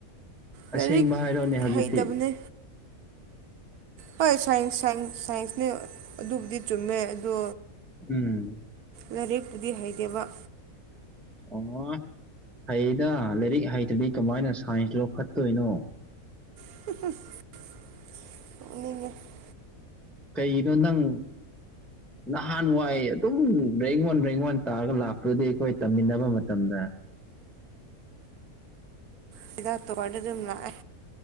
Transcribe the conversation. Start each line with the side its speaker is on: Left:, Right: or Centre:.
Right: ꯂꯥꯏꯔꯤꯛ
Centre: ꯑꯁꯦꯡꯕ ꯍꯥꯏꯔꯣꯅꯦ ꯍꯧꯖꯤꯛꯇꯤ
Right: ꯍꯩꯇꯕꯅꯦ ꯍꯣꯏ ꯁꯥꯏꯟꯁ ꯁ ꯁꯥꯏꯟꯁꯅꯤ ꯑꯗꯨꯕꯨꯗꯤ ꯆꯨꯝꯃꯦ ꯑꯗꯣ
Centre: ꯎꯝ
Right: ꯂꯥꯏꯔꯤꯛꯄꯨꯗꯤ ꯍꯩꯇꯦꯕ
Centre: ꯑꯣ ꯍꯩꯗ ꯂꯥꯏꯔꯤꯛ ꯍꯩꯇ꯭ꯔꯗꯤ ꯀꯃꯥꯏꯅ ꯁꯥꯏꯟꯁ ꯂꯧꯈꯠꯇꯣꯏꯅꯣ
Right: <inaudible> <unintelligible>
Centre: ꯀꯩꯒꯤꯅꯣ ꯅꯪ ꯅꯍꯥꯟꯋꯥꯏ ꯑꯗꯨꯝ ꯕꯦꯡ ꯋꯥꯟ ꯕ꯭ꯔꯦꯡ ꯋꯥꯟ ꯇꯥꯔꯒ ꯂꯥꯛꯄ꯭ꯔꯗꯤ ꯑꯩꯈꯣꯏ ꯇꯝꯃꯤꯟꯅꯕ ꯃꯇꯝꯗ
Right: <unintelligible> ꯑꯗꯨꯝ ꯂꯥꯛꯑꯦ